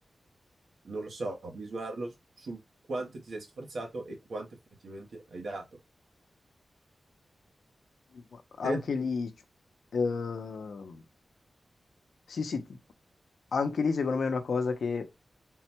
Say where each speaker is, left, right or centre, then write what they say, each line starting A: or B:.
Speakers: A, on the right (about 65°); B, on the left (about 75°).
A: non lo so, misurarlo s- sul quanto ti sei sforzato e quanto effettivamente hai dato.
B: Ma Anche
A: Te?
B: lì, c- ehm, sì, sì, ti- anche lì secondo me è una cosa che